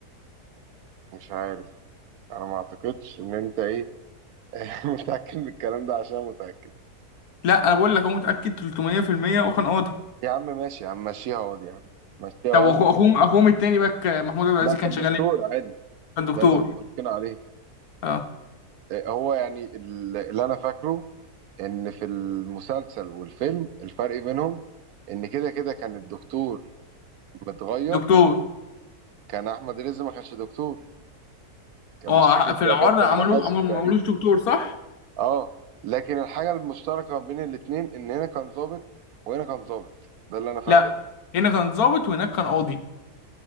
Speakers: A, on the right; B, on the left.
A: مش عارف انا ما اعتقدش ان انت ايه <laughs> متأكد بالكلام ده عشان أنا متأكد
B: لا انا بقول لك هو متأكد 300% وكان قاضي
A: يا عم ماشي يا عم مشيها قاضي يا عم مشيها
B: طب واخوه اخوهم اخوهم التاني باك محمود عبد العزيز
A: لا
B: كان
A: كان
B: شغال
A: دكتور
B: ايه
A: عادي
B: كان دكتور
A: ده ده متفقين عليه
B: اه
A: آه، هو يعني ال- اللي انا فاكره ان في المسلسل والفيلم الفرق بينهم ان كده كده كان الدكتور متغير
B: دكتور
A: كان احمد رزق ما كانش دكتور كان
B: اه
A: مش فاكر
B: ع- في
A: شغال
B: العار
A: كان
B: عملوه
A: محاسب
B: عملوه ما
A: تقريبا
B: عملوش دكتور صح
A: اه لكن الحاجه المشتركه بين الاتنين ان هنا كان ظابط وهنا كان ظابط ده اللي انا فاكره
B: لا هنا كان ضابط وهناك كان قاضي